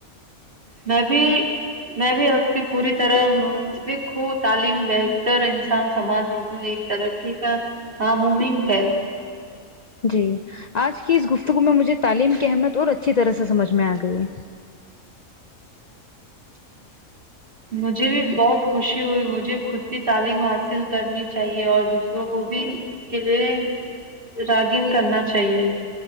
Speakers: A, on the right; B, on the left.
A: میں بھی میں بھی آب کی پوری طرح مفف ہوں تعلیم بہتر انسان سماج دونوں ایک ترقی کا ن ممنک ہے
B: جی آج کی اس گفتگو میں مجھے تعلیم کی اہمیت اور اچھی طرح سے سمجھ میں آ گئی ہے
A: مجھے بھی بہت خوشی ہوئی مجھے خود بھی تعلیم حاصل کرنی چاہیے اور دوسروں کو بھی اس کے لیے راگین کرنا چاہیے